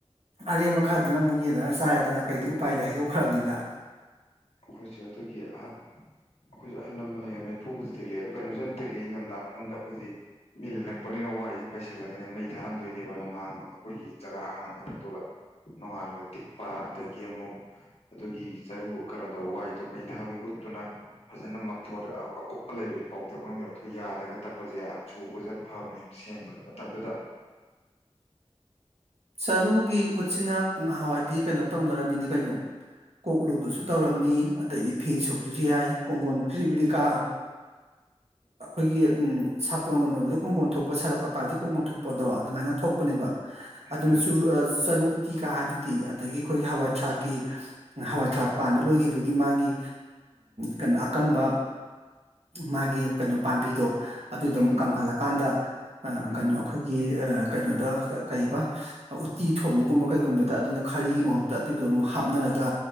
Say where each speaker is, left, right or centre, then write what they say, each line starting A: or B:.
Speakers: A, on the right; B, on the left.
A: ꯑꯔꯦꯝꯕ ꯈꯔꯗꯨꯅ ꯑꯃꯨꯛ ꯌꯦꯟꯅꯔ ꯆꯥꯔꯦꯗꯅ ꯀꯩꯗ ꯎꯄꯥꯏꯗ ꯍꯥꯏꯗꯣꯛꯈ꯭ꯔꯕꯅꯤꯅ
B: ꯑꯈꯣꯏꯁꯨ ꯑꯗꯨꯒꯤ ꯑꯍ ꯑꯈꯣꯏꯖꯨ ꯑꯍꯜ ꯂꯃ ꯂꯩꯌꯃꯩ ꯐꯨꯕꯖꯨ ꯊꯤꯛꯂꯤ ꯑꯗꯣ ꯀꯩꯅꯣꯖꯦꯝ ꯄꯤꯛꯂꯤ ꯏꯟꯗꯝꯗ ꯃꯅꯨꯡꯗ ꯈꯣꯏꯗꯤ ꯃꯤꯜ ꯅꯛꯄꯅꯤꯅ ꯋꯥꯏ ꯌꯨ ꯄꯩꯁꯜꯂꯒꯅꯦ ꯃꯩ ꯊꯔꯝꯗꯣꯏꯟ ꯅꯦꯕ ꯂꯝꯍꯥꯡꯅ ꯑꯈꯣꯏꯒꯤ ꯖꯒꯥ ꯑꯍꯥꯡꯕꯗ ꯑꯗꯨꯒ ꯅꯣꯡꯉꯥꯜꯂꯒ ꯇꯤꯛꯄ ꯑꯗꯒꯤ ꯑꯃꯨꯛ ꯑꯗꯨꯒꯤ ꯆꯔꯨ ꯀꯅ ꯗꯣ ꯋꯥꯏꯗꯣ ꯃꯩ ꯊꯥꯕꯒꯤ ꯎꯠꯇꯨꯅ ꯐꯖꯅ ꯃꯐꯣꯠꯗ ꯑ ꯑꯀꯨꯞꯄ ꯂꯩꯕꯗꯤ ꯄꯥꯎꯗꯔ ꯃꯅꯨꯡꯗ ꯌꯧꯊ ꯌꯥꯠ ꯑꯒ ꯇꯛꯄꯁꯦ ꯆꯣꯛꯄꯁꯦ ꯌꯥꯝ ꯐꯕꯅꯦ ꯁꯦꯡꯕꯗ ꯃꯇꯝꯗꯨꯗ
A: ꯆꯔꯨꯒꯤ ꯎꯠꯁꯤꯅ ꯉꯍꯥꯟꯋꯥꯏꯗꯤ ꯀꯩꯅꯣ ꯇꯧꯅꯔꯝꯃꯤꯅꯤ ꯀꯩꯅꯣ ꯀꯣꯛꯂꯨꯕꯁꯨ ꯇꯧꯔꯝꯃꯤ ꯑꯗꯒꯤ ꯐꯤ ꯁꯨꯕꯁꯨ ꯌꯥꯏ ꯀꯣꯡꯒꯣꯟ ꯐꯤꯔꯤ ꯐꯤꯂꯤꯀꯥ ꯑꯈꯣꯏꯒꯤ ꯎꯝ ꯁꯥꯄꯣꯟꯒꯟ ꯑꯣꯏꯕꯗ ꯀꯣꯡꯒꯣꯝ ꯊꯣꯛꯄ ꯁꯔꯞꯀ ꯄꯥꯏꯕꯗ ꯀꯣꯡꯒꯣꯝ ꯊꯣꯛꯄꯗꯣ ꯑꯗꯨꯃꯥꯏꯅ ꯊꯣꯛꯄꯅꯦꯕ ꯑꯗꯨꯅ
B: ꯎꯝ
A: ꯆ ꯆꯔꯨ ꯎꯇꯤꯒ ꯍꯥꯏꯗꯨꯗꯤ ꯑꯗꯒꯤ ꯑꯩꯈꯣꯏꯒꯤ ꯍꯋꯥꯏ ꯊꯔꯥꯛꯀꯤ ꯍꯋꯥꯏ ꯊꯔꯥꯛ ꯄꯥꯟꯕ ꯂꯣꯏꯈꯤꯕꯒꯤ ꯃꯥꯒꯤ ꯀꯩꯅꯣ ꯑꯀꯪ ꯕ ꯃꯥꯒꯤ ꯀꯩꯅꯣ ꯄꯥꯝꯕꯤꯗꯣ ꯑꯗꯨꯗꯣ
B: ꯎꯝ
A: ꯑꯃꯨꯛ ꯀꯪꯍꯜꯂꯀꯥꯟꯗ ꯑ
B: ꯎꯝ
A: ꯀꯩꯅꯣ ꯑꯈꯣꯏꯒꯤ ꯑ ꯀꯩꯅꯣꯗ ꯀꯔꯤꯕ ꯎꯠꯇꯤ ꯊꯣꯡꯕꯒꯨꯝꯕ ꯀꯩꯒꯨꯝꯕꯗ ꯑꯗꯨꯅ ꯈꯥꯔꯤꯒꯤ ꯃꯍꯨꯠꯇ ꯑꯗꯨꯏꯗꯣ ꯑꯃꯨꯛ ꯍꯥꯞꯅꯔꯒ